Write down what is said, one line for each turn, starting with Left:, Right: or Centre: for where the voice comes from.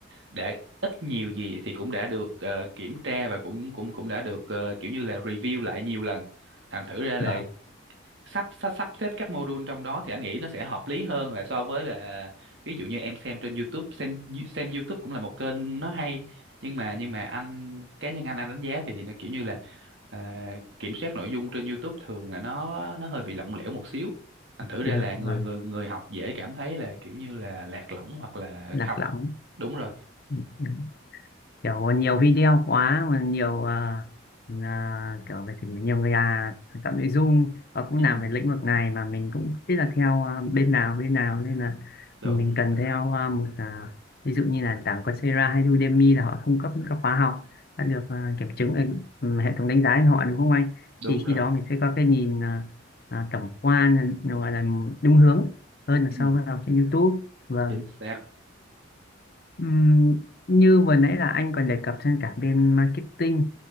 Right: đã ít nhiều gì thì cũng đã được ờ, kiểm tra và cũng cũng cũng đã được ờ, kiểu như là review lại nhiều lần thành thử ra là
Left: vâng
Right: sắp sắp sắp xếp các module trong đó thì anh nghĩ nó sẽ hợp lý hơn là so với là ví dụ như em xem trên YouTube xem xem YouTube cũng là một kênh nó hay nhưng mà nhưng mà anh cá nhân anh anh đánh giá thì nó kiểu như là à, kiểm soát nội dung trên YouTube thường là nó nó hơi bị lỏng lẻo một xíu thành thử
Left: đúng,
Right: ra là người
Left: vâng
Right: người người học dễ cảm thấy là kiểu như là lạc lõng hoặc là
Left: lạc
Right: học
Left: lõng
Right: đúng rồi
Left: Ừ, ừ. kiểu nhiều video quá mà nhiều ờ, là kiểu về trình nhiều người là tạo nội dung và cũng
Right: ừ,
Left: làm về lĩnh vực này mà mình cũng không biết là theo ờ, bên nào bên nào nên là
Right: đúng
Left: mình cần theo ờ, một ờ, ví dụ như là nền tảng Coursera hay Udemy là họ cung cấp những các khóa học đã được ờ, kiểm chứng ở ừ, hệ thống đánh giá của họ đúng không anh
Right: đúng
Left: thì
Right: rồi
Left: khi đó mình sẽ có cái nhìn ờ, ờ, tổng quan gọi là đúng hướng hơn là
Right: ừ,
Left: so với học trên YouTube vâng
Right: chính xác
Left: Ừm, như vừa nãy là anh còn đề cập trên cả bên marketing